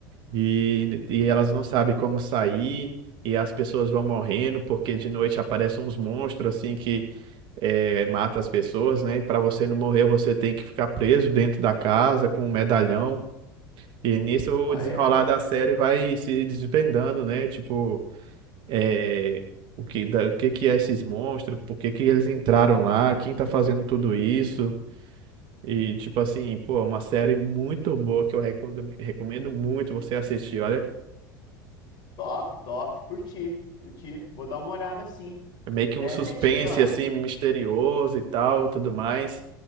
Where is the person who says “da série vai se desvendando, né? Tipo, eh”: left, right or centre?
Right